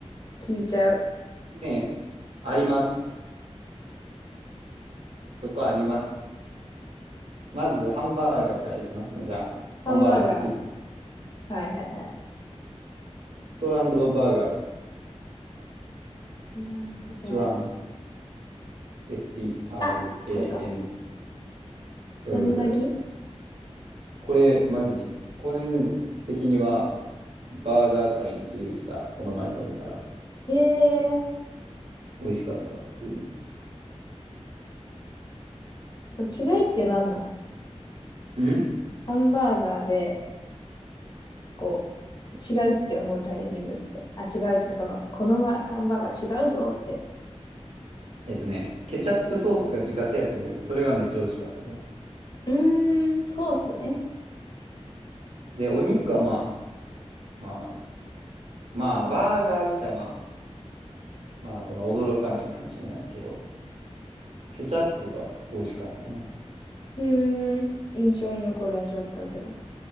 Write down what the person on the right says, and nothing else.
ねえ。あります。そこあります。まずハンバーガーからいきますね。じゃあ、ハンバーガー好き。
ストランドバーガーズ。
ストランド。s t r
a
n
burgers。これ、マジ、個人的には、バーガー界1位でした。この前食べたら。
美味しかった、普通に。
ん
えっとね、ケチャップソースが自家製やってんけど、それがめっちゃ美味しかったで。
で、お肉はまあ、まあ、まあ、バーガー自体はまあ、まあ、その驚かないかもしれないけど、ケチャップが美味しかったね。